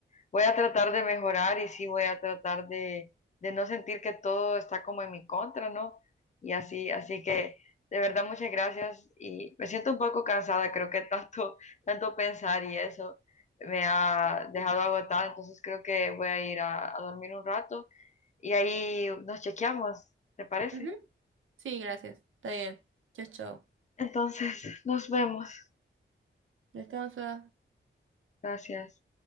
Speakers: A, on the left; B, on the right.
A: Voy a tratar de mejorar y sí voy a tratar de, de no sentir que todo está como en mi contra, ¿no? Y así, así que de verdad muchas gracias y me siento un poco cansada, creo que tanto, <laughs> tanto pensar y eso me ha dejado agotada, entonces creo que voy a ir a, a dormir un rato y ahí nos chequeamos, ¿te parece?
B: Ujú, ujú. Sí, gracias. Está bien. Chao, chao.
A: Entonces, nos vemos.
B: Descansa.
A: Gracias.